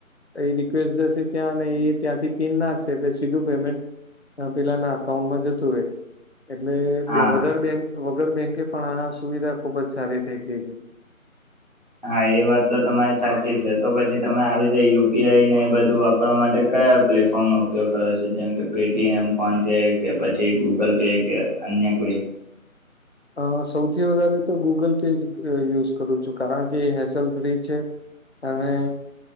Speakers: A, on the left; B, on the left.
A: એ રિક્વેસ્ટ જશે ત્યાં ને એ ત્યાંથી પીન નાખશે એટલે સીધું પેમેન્ટ પેલાના અઉન્ટમાં જતું રહે એટલે
B: હા
A: બે વધાર બેંક વગર બેંકે પણ આ સુવિધા ખુબ જ સારી થઈ ગઈ છે
B: હા એ વાત તો તમારી સાચી છે તો પછી તમે આવી રીતે યુપીઆઈ ને એ બધું વાપરવા માટે કયા પ્લેટફોર્મનો ઉપયોગ કરે છે જેમ કે પેટીએમ ફોન પે કે પછી ગૂગલ પે કે અન્ય કોઈ
A: અ સૌથી વધારે તો ગૂગલ પે જ યુઝ કરું છું કારણ કે હેસેલ ફ્રી છે. અને